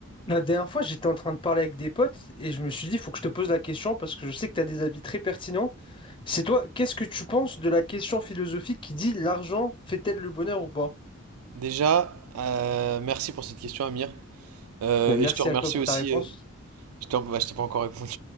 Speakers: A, on the left; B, on the right.
A: La dernière fois, j'étais en train de parler avec des potes et je me suis dit, il faut que je te pose la question parce que je sais que tu as des avis très pertinents. C'est toi, qu'est-ce que tu penses de la question philosophique qui dit l'argent fait-elle le bonheur ou pas?
B: Déjà, euh, merci pour cette question, Amir. Euh,
A: Ben,
B: et
A: merci
B: je te remercie
A: à toi pour
B: aussi.
A: ta réponse.
B: euh, je te, bah, je t'ai pas encore répondu.